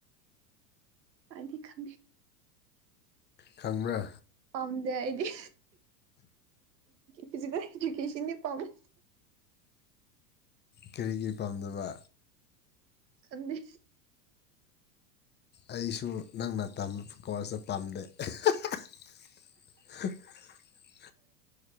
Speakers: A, on the right; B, on the left.
A: ꯑꯅꯤ ꯈ
B: ꯈꯪꯕ꯭ꯔꯥ
A: ꯄꯝꯗꯦ ꯑꯩꯗꯤꯗꯤ ꯐꯤꯖꯤꯀꯦꯜ ꯏꯗꯀꯦꯁꯟꯅꯤ ꯄꯥꯝꯃꯦ
B: ꯀꯔꯤꯒꯤꯔꯤ ꯄꯥꯝꯕ
A: ꯀꯗ
B: ꯑꯩꯁꯨ ꯅꯪꯅ ꯇꯝꯕ ꯀꯣꯁꯇ ꯄꯥꯝꯗꯦ <unintelligible>